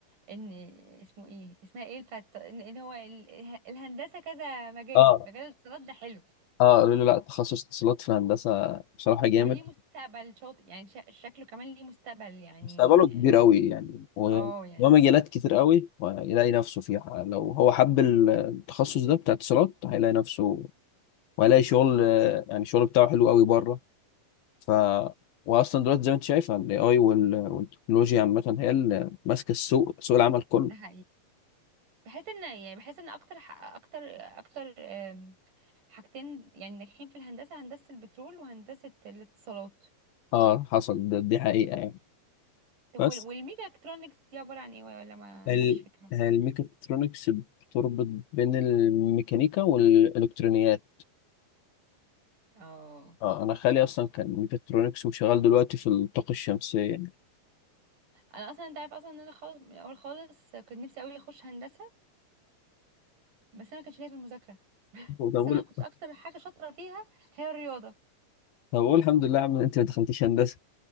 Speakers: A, on the right (about 60°); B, on the left (about 80°).
A: ان اسمه ايه اسمها ايه بتاعت ان إن هو ال- الهندسه كذا مجال
B: اه
A: مجال الاتصالات ده حلو
B: اه قالوا لي لا تخصص اتصالات في الهندسه بصراحه جامد
A: وليه مستقبل شاطئ يعني شا- شكله كمان ليه مستقبل يعني
B: مستقبله كبير قوي يعني و-
A: اه يعني
B: ومجالات كتير قوي ويلاقي نفسه فيها لو هو حب ال- التخصص ده بتاع اتصالات هيلاقي نفسه وهيلاقي شغل آه، يعني الشغل بتاعه حلو قوي بره ف واصلا دلوقتي زي ما انت شايفه الاي اي والتكنولوجيا عامه هي اللي ماسكه السوق سوق العمل كله
A: ده حقيقي بحس ان يعني بحس ان اكتر ح- اكتر اكتر آم، حاجتين يعني ناجحين في الهندسه هندسه البترول وهندسه الاتصالات
B: اه حصل ده دي حقيقه يعني
A: طب
B: بس
A: وال- والميجا الكترونكس دي عبارة عن ايه ولا ما عندكش
B: ال-
A: فكرة
B: الميكاترونكس بتربط بين الميكانيكا والالكترونيات
A: اه
B: اه انا خالي اصلا كان ميكاترونكس وشغال دلوقتي في الطاقه الشمسيه
A: انا اصلا انت عارف اصلا ان انا خالص من الاول خالص كنت نفسي قوي اخش هندسة بس انا ما كانش ليا في المذاكرة
B: طب
A: بس
B: اقول
A: انا كنت اكتر حاجة شاطرة فيها هي الرياضة
B: طب اقول الحمد لله يا عم إن انت ما دخلتيش هندسه